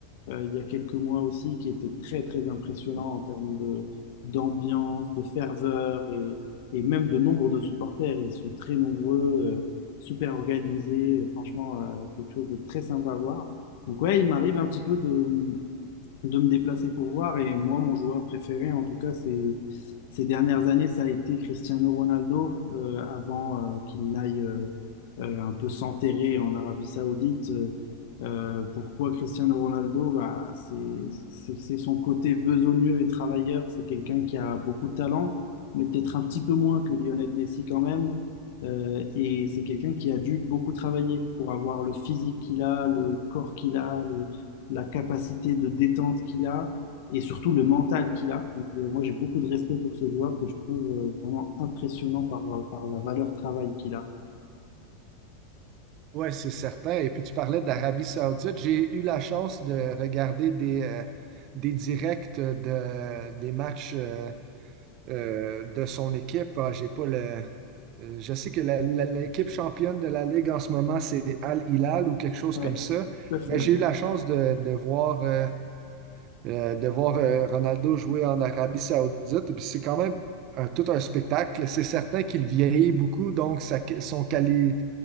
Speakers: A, on the left; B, on the right.
A: euh, il y a quelques mois aussi, qui était très, très impressionnant en termes de, d'ambiance, de ferveur et, et même de nombre de supporters. Ils sont très nombreux, euh, super organisés, et franchement, euh, quelque chose de très sympa à voir. Donc ouais, il m'arrive un petit peu de, de me déplacer pour voir. Et moi, mon joueur préféré, en tout cas, ces, ces dernières années, ça a été Cristiano Ronaldo, euh, avant euh, qu'il n'aille euh, euh, un peu s'enterrer en Arabie Saoudite. Euh, euh, pourquoi Cristiano Ronaldo? Bah, c'est, c'est, c'est son côté besogneux et travailleur. C'est quelqu'un qui a beaucoup de talent, mais peut-être un petit peu moins que Lionel Messi quand même. Euh, et c'est quelqu'un qui a dû beaucoup travailler pour avoir le physique qu'il a, le corps qu'il a, la capacité de détente qu'il a et surtout le mental qu'il a. Donc, euh, moi, j'ai beaucoup de respect pour ce joueur que je trouve euh, vraiment impressionnant par, euh, par la valeur travail qu'il a.
B: Oui, c'est certain. Et puis tu parlais d'Arabie Saoudite. J'ai eu la chance de regarder des, euh, des directs de, des matchs euh, euh, de son équipe. Ah, J'ai pas le, Euh, Je sais que la- la- l'équipe championne de la Ligue en ce moment, c'est Al Hilal ou quelque chose
A: Oui,
B: comme ça.
A: tout à fait.
B: Mais j'ai eu la chance de, de voir, euh, euh, de voir euh, Ronaldo jouer en Arabie Saoudite. Puis c'est quand même un- tout un spectacle. C'est certain qu'il vieillit beaucoup, donc sa, son quali-